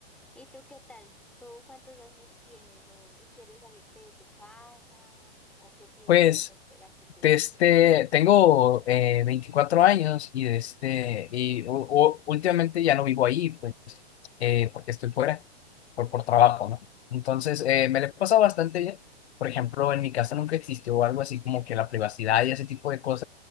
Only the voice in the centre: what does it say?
¿Y tú qué tal? ¿Tú cuántos años tienes o, y quieres salirte de tu casa o qué piensas
hacer a futuro?
Ujú,
ujú.